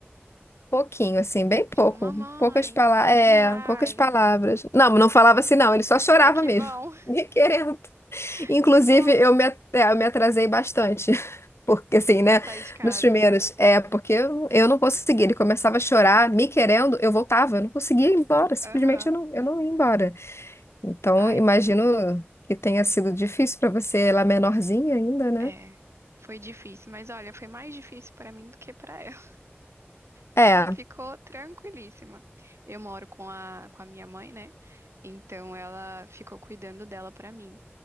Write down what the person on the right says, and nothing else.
Tipo,
mamãe,
não vai.
Ai, que
bom,
<laughs>
que bom.
Pra
sair de casa.
Aham.
Ai,
é. Foi difícil, mas olha, foi mais difícil pra mim do que pra ela. Ela
ficou tranquilíssima. Eu moro com a, com a minha mãe, né? Então ela ficou cuidando dela pra mim.